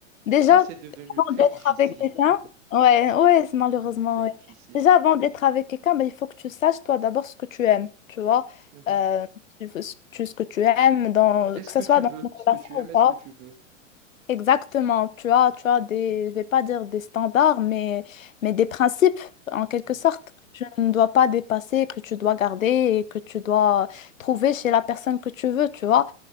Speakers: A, on the left; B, on the right.
A: Déjà,
B: Bah, c'est
A: avant
B: devenu très
A: d'être
B: difficile.
A: avec quelqu'un,
B: <laughs>
A: ouais, ouais, c'est- malheureusement,
B: C'est devenu très
A: ouais.
B: difficile.
A: Déjà, avant d'être avec quelqu'un, ben, il faut que tu saches, toi, d'abord, ce que tu aimes, tu vois,
B: Mhm.
A: Euh, tu, tu- ce que tu aimes, dans,
B: Est-ce
A: que ce
B: que
A: soit
B: tu
A: dans
B: veux
A: une
B: ce
A: relation
B: que tu aimes,
A: ou pas.
B: est-ce que tu veux?
A: Exactement, tu as, tu as des, je vais pas dire des standards, mais, mais des principes, en quelque
B: Mhm.
A: sorte, que tu ne dois pas dépasser, que tu dois garder et que tu dois trouver chez la personne que tu veux, tu vois.